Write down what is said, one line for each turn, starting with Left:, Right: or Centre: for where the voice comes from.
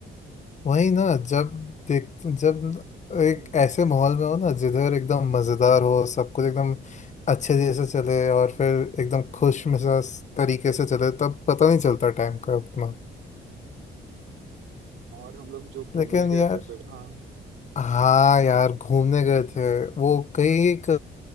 Left: वही ना जब देख जब एक
Right: हम्म।
Left: ऐसे माहौल में हो ना जिधर एकदम मज़ेदार हो सब कुछ एकदम अच्छे जैसे चले और फिर एकदम खुश मिजाज तरीके से चले तब पता नहीं चलता टाइम का उतना
Right: और हम लोग जो घूमने
Left: लेकिन
Right: गए
Left: यार
Right: थे फिर हाँ
Left: हाँ यार घूमने गए थे वो कहीं एक